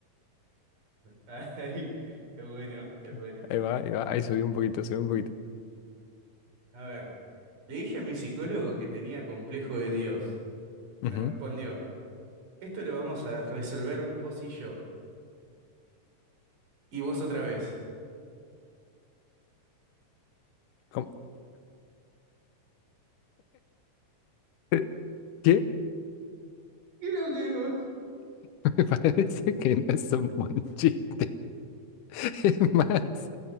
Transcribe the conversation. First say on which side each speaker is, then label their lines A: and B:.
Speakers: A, on the right; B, on the left.
A: Ay, es bueno, es bueno.
B: <laughs> Ahí va, ahí va, ahí subí un poquito, subí un poquito.
A: A ver. Le dije a mi psicólogo que tenía complejo de Dios. Me
B: Ujú.
A: respondió, esto lo vamos a resolver vos y yo. Y vos otra vez.
B: ¿Cómo? <laughs> ¿Qué?
A: Creo que no.
B: <laughs> Me parece que no es un buen chiste. Es más,